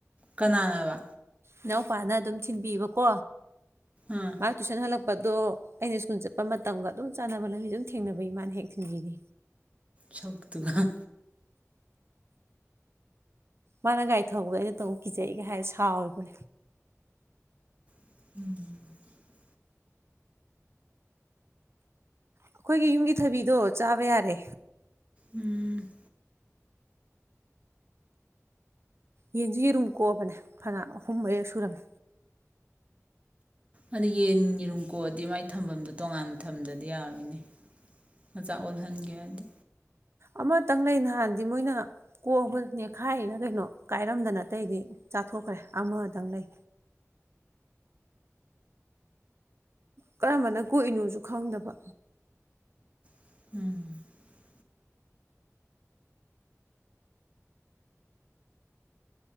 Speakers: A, on the right; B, on the right.
A: ꯀꯅꯥꯅꯕ
B: ꯏꯅꯥꯎꯄꯥꯅ ꯑꯗꯨꯝ ꯊꯤꯟꯕꯤꯕꯀꯣ
A: ꯑꯥ
B: ꯑ ꯇꯨꯁꯟ ꯍꯂ ꯄꯗꯣ ꯑꯩꯅ ꯁ꯭ꯀꯨꯜ ꯆꯠꯄ ꯃꯇꯝꯒ ꯑꯗꯨꯝ ꯆꯥꯟꯅꯕ ꯂꯝꯕꯤ ꯑꯗꯨꯝ ꯊꯦꯡꯅꯕꯩ ꯃꯥꯅ ꯍꯦꯛ ꯊꯤꯟꯕꯤꯅꯦ
A: ꯁꯛꯇꯨꯒ
B: ꯃꯥꯅ ꯒꯥꯔꯤ ꯊꯧꯕꯗ ꯑꯩꯅ ꯇꯣꯡ ꯀꯤꯖꯩꯒ ꯍꯥꯏꯔ ꯁꯥꯎꯔꯤꯕ
A: ꯎꯝ
B: ꯑꯩꯈꯣꯏꯒꯤ ꯌꯨꯝꯒꯤ ꯊꯕꯤꯗꯣ ꯆꯥꯕ ꯌꯥꯔꯦ
A: ꯎꯝ
B: ꯌꯦꯟꯁꯨ ꯌꯦꯔꯨꯝ ꯀꯣꯛꯑꯕꯅꯦ ꯐꯅ ꯑꯍꯨꯝ ꯃꯔꯤꯔꯛ ꯁꯨꯔꯝꯃꯦ
A: ꯑꯗꯨ ꯌꯦꯟ ꯌꯦꯔꯨꯝ ꯀꯣꯛꯑꯗꯤ ꯃꯥꯏ ꯊꯝꯕꯝꯗꯣ ꯇꯣꯉꯥꯟꯅ ꯊꯝꯗꯗꯤ ꯌꯥꯔꯣꯏꯅꯦ ꯃꯆꯥꯥ ꯑꯣꯜꯍꯟꯒꯦ ꯍꯥꯏꯗꯤ
B: ꯑꯃꯇꯪ ꯂꯩ ꯅꯍꯥꯟꯗꯤ ꯃꯣꯏꯅ ꯀꯣꯛꯑꯥꯕ ꯅꯦꯈꯥꯏꯔ ꯀꯩꯅꯣ ꯀꯥꯏꯔꯝꯗꯅ ꯑꯥꯇꯩꯗꯤ ꯆꯥꯊꯣꯛꯈ꯭ꯔꯦ ꯑꯃꯗꯪ ꯂꯩ ꯀꯔꯝꯕꯅ ꯀꯣꯛꯏꯅꯣꯁꯨ ꯈꯪꯗꯕ
A: ꯎꯝ